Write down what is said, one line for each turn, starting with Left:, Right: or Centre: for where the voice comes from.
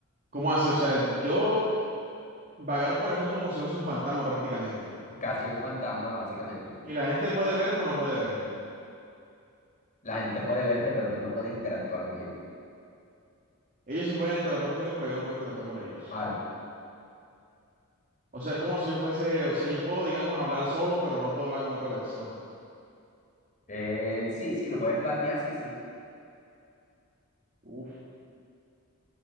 Right: ¿cómo así? O sea, yo vagar por el mundo como si fuese un fantasma prácticamente.
Left: Casi un fantasma, básicamente.
Right: Y la gente puede verme o no puede verme.
Left: La gente puede verte, pero tú no puedes interactuar con ellos.
Right: Ellos sí pueden interactuar conmigo, pero yo no puedo interactuar con ellos.
Left: Aro.
Right: O sea, es como si yo fuese, o sea, yo puedo, digamos, hablar solo, pero no puedo hablar con otra persona.
Left: Eh, sí, sí, lo puedes plantear, sí, sí.
Right: Uf,